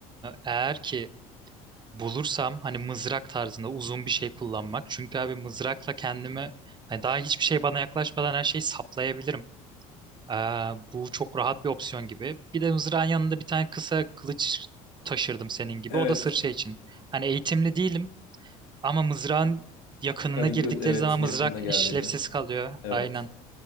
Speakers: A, on the right (about 25°); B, on the left (about 85°).
A: eğer ki bulursam hani mızrak tarzında uzun bir şey kullanmak. Çünkü abi mızrakla kendimi hani daha hiçbir şey bana yaklaşmadan her şeyi saplayabilirim. Eee, bu çok rahat bir opsiyon gibi. Bir de mızrağın yanında bir tane kısa kılıç taşırdım senin gibi.
B: Evet.
A: O da sırf şey için. Hani eğitimli değilim. Ama mızrağın yakınına
B: Hani
A: girdikleri
B: göz evet
A: zaman
B: yakınına
A: mızrak
B: geldiğinde.
A: işlevsiz kalıyor.
B: Evet.
A: Aynen.